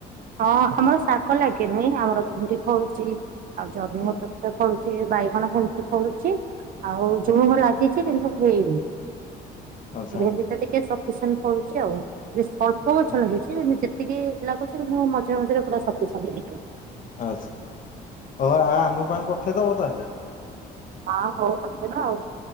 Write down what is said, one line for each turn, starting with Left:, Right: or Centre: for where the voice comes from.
Right: ହଁ, ଆମର ଶାଗ ଲାଗେ ନି, ଆମର ଭେଣ୍ଡି ଫଳୁଚି, ଆଉ ଜହ୍ନି
Left: ହୁଁ।
Right: ଗୋଟେ ଗୋଟେ ଫଳୁଚୀ। ସେ ବାଇଗଣ ଫଳୁ ଫଳୁଚି ଆଉ
Left: ହୁଁ
Right: ଜଝୁଣଙ୍ଗ ଲାଗିଚି କିନ୍ତୁ ହେଇନି।
Left: ଆଚ୍ଛା
Right: ଭେଣ୍ଡି ଟା ଟିକେ ସପିଶେଟ୍ ଫଳୁଛି ଆଉ ସବୁ ଗଛ
Left: ହୁଁ,
Right: ଲଗେଇଚି କିନ୍ତୁ ଯେ ଟିକେ ଲାଗୁଛି ମୁଁ ମଝିରେ ମଝିରେ ପୁରା ଶକ୍ତିଶାଳି ହେଇଯାଉଚି।
Left: ଆଛା ହ ଆ ଆମ ପାଇଁ ପଠେଇଦବ ତାହେଲେ।
Right: ହଁ ହଉ ପଟେଇବା ଆଉ।